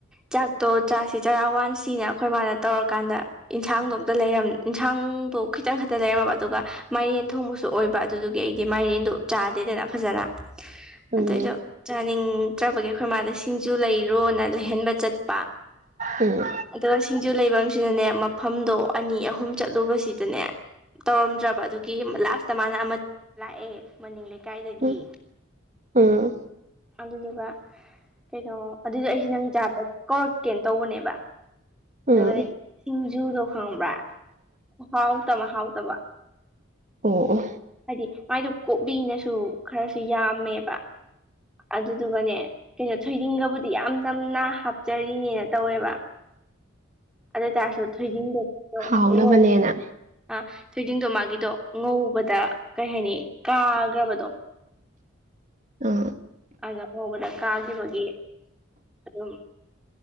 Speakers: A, in the centre; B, on the right.
A: ꯆꯥꯛꯇꯣ ꯆꯥꯁꯤ ꯆꯔꯥ ꯋꯥꯟꯁꯤꯅ ꯑꯈꯣꯏ ꯃꯥꯗ ꯇꯧꯔꯀꯥꯟꯗ ꯏꯟꯁꯥꯡꯗꯣ ꯑꯝꯇ ꯂꯩꯔꯝ ꯏꯟꯁꯥꯡꯗꯣ ꯈꯤꯇꯪ ꯈꯛꯇ ꯂꯩꯔꯝꯃꯕ ꯑꯗꯨꯒ ꯃꯥꯏꯔꯦꯟ ꯊꯣꯡꯕꯁꯨ ꯑꯣꯏꯕ ꯑꯗꯨꯗꯨꯒꯤ ꯑꯩꯗꯤ ꯃꯥꯏꯔꯦꯟꯗꯣ ꯆꯥꯗꯦꯗꯅ ꯐꯖꯅ
B: ꯎꯝ
A: ꯑꯗꯩꯗ ꯆꯥꯅꯤꯡꯇ꯭ꯔꯥꯕꯒꯤ ꯑꯩꯈꯣꯏ ꯃꯥꯗ ꯁꯤ ꯁꯤꯡꯖꯨ ꯂꯩꯔꯣꯅ ꯂꯩꯍꯟꯕ ꯆꯠꯄ
B: ꯎꯝ
A: ꯑꯗꯣ ꯁꯤꯡꯖꯨ ꯂꯩꯕꯝꯁꯤꯅꯅꯦ ꯃꯐꯝꯗꯣ ꯑꯅꯤ ꯑꯍꯨꯝ ꯆꯠꯂꯨꯕꯁꯤꯗꯅꯦ ꯇꯧꯔꯝꯗ꯭ꯔꯕ ꯑꯗꯨꯒꯤ ꯂꯥꯁꯇ ꯃꯥꯅ ꯑꯃ ꯂꯥꯛꯑꯦ ꯃꯅꯤꯡꯂꯩ ꯀꯥꯏꯗꯒꯤ
B: ꯎꯝ ꯎꯝ ꯎꯝ
A: ꯑꯗꯨꯗꯨꯒ ꯀꯩꯅꯣ ꯑꯗꯨꯗꯣ ꯑꯩꯁꯦ ꯅꯪ ꯆꯥꯗ ꯀꯧꯔꯛꯀꯦꯅ ꯇꯧꯕꯅꯦꯕ
B: ꯎꯝ
A: ꯑꯗꯨꯗꯒꯤ ꯁꯤꯡꯖꯨꯗꯣ ꯈꯪꯕ꯭ꯔꯥ ꯈꯨꯍꯥꯎꯇꯃ ꯍꯥꯎꯇꯕ
B: ꯑꯣ ꯑꯣ
A: ꯍꯥꯏꯗꯤ ꯃꯥꯏꯗꯨ ꯀꯣꯞꯕꯤꯅꯁꯨ ꯈꯔꯁꯨ ꯌꯥꯝꯃꯦꯕ ꯑꯗꯨꯗꯨꯒꯅꯦ ꯀꯩꯅꯣ ꯊꯣꯏꯗꯤꯡꯒꯕꯨꯗꯤ ꯌꯥꯝ ꯅꯝꯅ ꯍꯥꯞꯆꯔꯤꯅꯦꯅ ꯇꯧꯋꯦꯕ <inaudible> ꯑꯗꯣꯏꯇꯥꯥꯔꯁꯨ ꯊꯣꯏꯗꯤꯡꯗꯣꯗꯣ
B: ꯍꯥꯎꯅꯕꯅꯦꯅ
A: <unintelligible> ꯑ ꯊꯣꯏꯗꯤꯡꯗꯣ ꯃꯥꯒꯤꯗꯣ ꯉꯧꯕꯗ ꯀꯩꯍꯥꯏꯅꯤ ꯀꯥꯒ꯭ꯔꯕꯗꯣ
B: ꯑꯥ
A: ꯑꯗ ꯉꯧꯕꯗ ꯀꯥꯒꯤꯕꯒꯤ ꯑꯗꯨꯝ